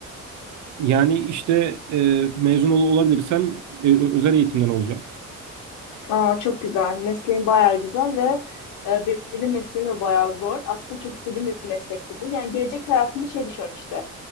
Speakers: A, on the right (about 70°); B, on the left (about 85°).
A: Yani işte e, mezun ol- olabilirsem e, ö- özel eğitimden olacağım.
B: Aa çok güzel. Mesleğin bayağı güzel ve e, benim mesleğim de bayağı zor. Aslında çok istediğim bir meslekti bu. Yani gelecek hayatımda şey düşünüyorum işte.